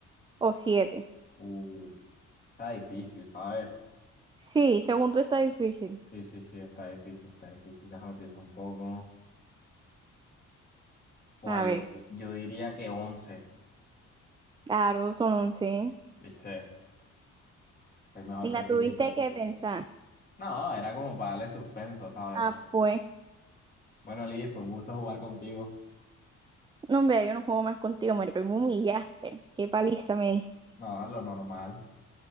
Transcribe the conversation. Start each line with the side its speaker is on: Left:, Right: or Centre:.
Right: o siete
Left: Uh, está difícil, ¿sabes?
Right: Sí, según tú está difícil.
Left: Sí, sí, sí, está difícil, está difícil. Déjame pensar un poco. Buah,
Right: A
Left: yo,
Right: ver,
Left: yo diría que once,
Right: claro, son once
Left: ¿viste? Soy mejor
Right: Ni
Left: que
Right: la
Left: tú,
Right: tuviste
Left: ¿viste?
Right: que pensar.
Left: No, era como para darle suspenso, ¿sabes?
Right: Ah, pues.
Left: Bueno, Liz, fue un gusto jugar contigo.
Right: No, hombre, yo no juego más contigo, marico. y Me humillaste. Qué paliza me diste.
Left: No, lo normal.